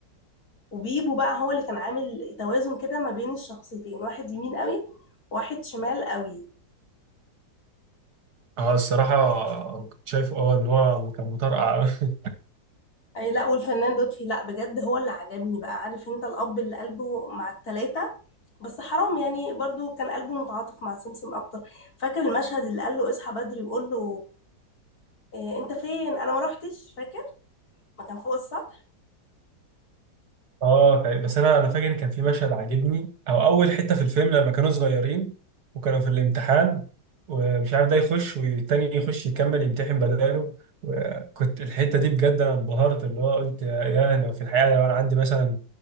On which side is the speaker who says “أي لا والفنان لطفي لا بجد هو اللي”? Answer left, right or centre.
Left